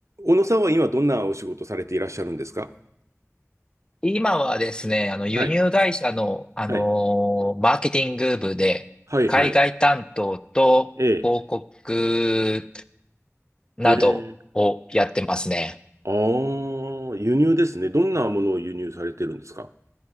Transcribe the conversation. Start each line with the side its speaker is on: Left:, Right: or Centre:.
Right: 小野さんは今どんなお仕事されていらっしゃるんですか
Left: 今はですね、あの、輸入会社の、
Right: はい、
Left: あのーマーケティング部で、
Right: はい、はい、
Left: 海外担当と広告
Right: はい。ええ、
Left: などをやってますね。
Right: へえ。ああ、輸入ですね。どんなものを輸入されてるんですか